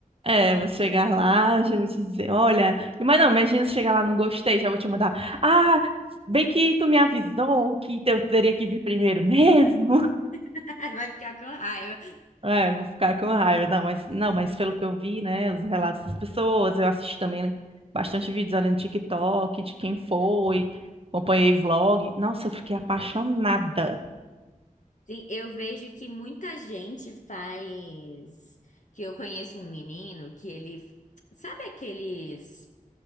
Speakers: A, on the right; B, on the left.
A: É, vou chegar lá, já vou te dizer, olha, mas não, imagina se chegar lá, não gostei, já vou te mandar. Ah, bem que tu me avisou que eu teria que vir primeiro mesmo.
B: <laughs> Vai ficar com raiva.
A: É, vou ficar com raiva. Não, mas não, mas pelo que eu vi, né, os relatos das pessoas, eu assisti também bastante vídeos ali no TikTok de quem foi,
B: Uhum.
A: acompanhei vlog. Nossa, eu fiquei apaixonada.
B: Sim, eu vejo que muita gente faz. Que eu conheço um menino que ele. Sabe aqueles.